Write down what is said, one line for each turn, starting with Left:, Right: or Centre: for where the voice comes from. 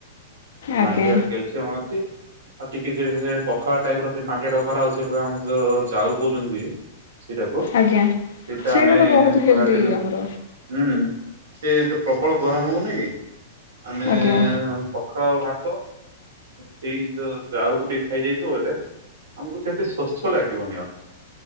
Left: ଆଜ୍ଞା
Right: ମାଣ୍ଡିଆର କ୍ୟାଲସୀୟମ ଅଛି। ଆଉ ଟିକେ ଟିକେ ସେ ପଖାଳ ଟାଇପ୍ ର ସେ ମାଣ୍ଡିଆଟାକୁ କରାହଉଚି ଏପଟେ ଆମର ଯୋ ଯାଉ କହୁଚନ୍ତି ବି ସେଇଟାକୁ
Left: ଆଜ୍ଞା
Right: ସେଇଟା ଆମେ
Left: ତ ବହୁତ
Right: ଖରାଦିନ
Left: ହେଲ୍ଦି ଆମର
Right: ହୁଁ ସେ ଯୋଉ ପ୍ରବଳ ଗରମ ହଉନି କି? ଆମେ ଏ
Left: ଆଜ୍ଞା
Right: ପ ପଖାଳ ଭାତ ସେଇ ଯୋଉ ଜାଉକୁ ଟିକେ ଖାଇଯାଇଥିବ ବଲେ ଆମକୁ ସେ ଏତେ ଶୋଷ ଲାଗିବନି ଆଉ